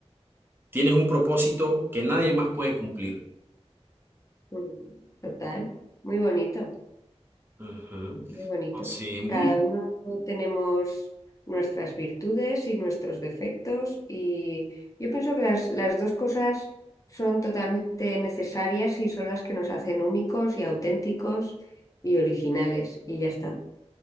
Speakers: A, on the right; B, on the left.
A: tienes un propósito que nadie más puede cumplir.
B: Mm, Total, muy bonito,
A: Ujú.
B: muy bonito.
A: Sí, mu-
B: Cada uno tenemos nuestras virtudes y nuestros defectos y yo pienso que las, las dos cosas son totalmente necesarias y son las que nos hacen únicos y auténticos y originales y ya está.